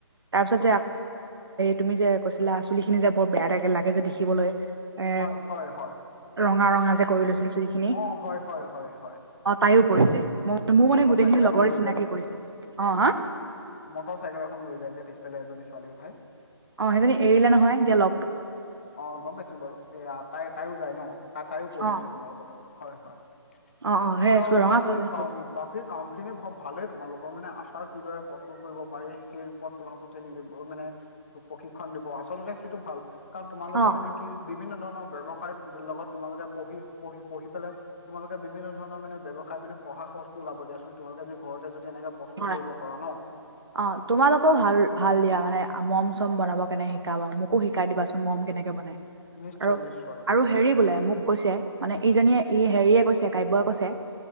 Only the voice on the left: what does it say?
হয়,
হয় হয় হয়
অ', হয়, হয়, হয়, হয়।
মটৰ
চাইকেল
এখন লৈ
যায়,
মটৰ চাইকেল এখন লৈ যায় যে পিছফালে এজনী ছোৱালীৰ ঠাই
অ গম পাইছো বাৰু এ তাই তাইও যায় ন তাই তাইও পৰিছে
তোমালোক ব্ত হয় হয়
এতিয়া
বাকী
কাম
বাকী কামখিনি ভালেই তোমালোকৰ মানে আচাৰ কিদৰে প্ৰস্তুত কৰিব পাৰি সেই ওপৰত তোমালোকক ট্ৰেইনি দিব মানে প্ৰশিক্ষণ দিব আচলতে সেইটো ভাল কাৰণ তোমালোকে
মানে কি বিভিন্ন ধৰণৰ ব্ৱসায়ৰ লগত তোমালোকে পঢ়ি পঢ়ি পঢ়ি পেলাই তোমালোকে বিভিন্ন ধৰণৰ মানে ব্যয়ৱসায় মানে পঢ়া খৰচটো ওলাব দিয়াচোন তোমালোকে যদি ঘৰতে যদি এনেকুৱা বস্তু
কৰিব পৰা ন
নিশ্চয়
নিশ্চয়